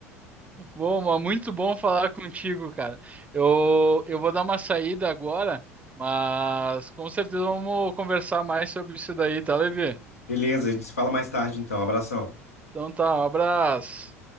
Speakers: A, on the right (about 15°); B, on the left (about 80°).
A: Bom, mas muito bom falar contigo, cara. Eu, eu vou dar uma saída agora, mas com certeza vamos conversar mais sobre isso daí, tá, Levi?
B: Beleza, a gente se fala mais tarde então. Abração.
A: Então tá, um abraço.